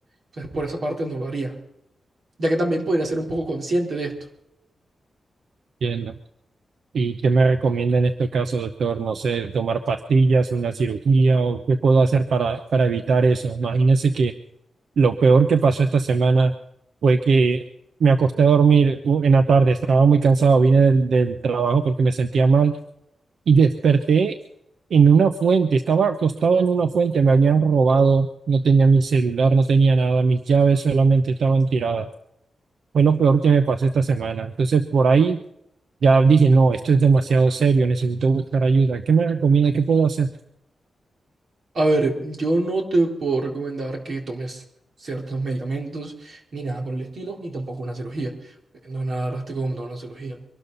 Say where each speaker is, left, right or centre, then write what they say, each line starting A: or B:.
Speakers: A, on the right; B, on the right.
A: Entonces, por esa parte no lo haría ya que también podría ser un poco consciente de esto.
B: Entiendo. ¿Y qué me recomienda en este caso, doctor? No sé, tomar pastillas, una cirugía o qué puedo hacer para, para evitar eso. Imagínese que Lo peor que pasó esta semana fue que me acosté a dormir u- en la tarde, estaba muy cansado, vine del, del trabajo porque me sentía mal y desperté en una fuente, estaba acostado en una fuente, me habían robado, no tenía mi celular, no tenía nada, mis llaves solamente estaban tiradas. Fue lo peor que me pasó esta semana. Entonces por ahí ya dije, no, esto es demasiado serio, necesito buscar ayuda. ¿Qué me recomienda? ¿Qué puedo hacer?
A: A ver, yo no te puedo recomendar que tomes ciertos medicamentos, ni nada por el estilo, ni tampoco una cirugía. Eh, No es nada drástico como tomar una cirugía.